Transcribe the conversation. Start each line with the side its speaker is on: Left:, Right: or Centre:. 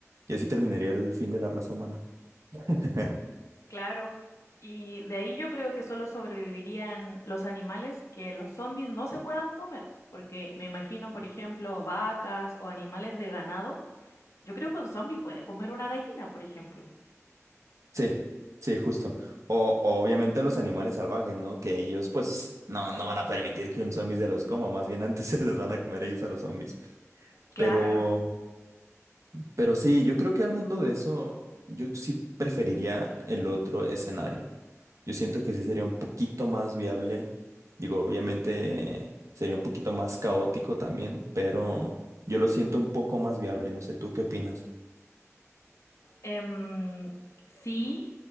Right: y así terminaría el fin de la raza humana. <laughs>
Left: Claro, y de ahí yo creo que solo sobrevivirían los animales que los zombies no se puedan comer, porque me imagino, por ejemplo, vacas o animales de ganado. Yo creo que un zombie puede comer una gallina, por ejemplo.
Right: Sí, sí, justo. O, o obviamente los animales salvajes, ¿no? Que ellos pues no, no van a permitir que un zombie se los coma, más bien antes <laughs> se los van a comer ellos a los zombies.
Left: Claro.
Right: Pero, pero sí, yo creo que hablando de eso, yo sí preferiría el otro escenario. Yo siento que sí sería un poquito más viable. Digo, obviamente sería un poquito más caótico también, pero yo lo siento un poco más viable. No sé, ¿tú qué opinas?
Left: Em, sí,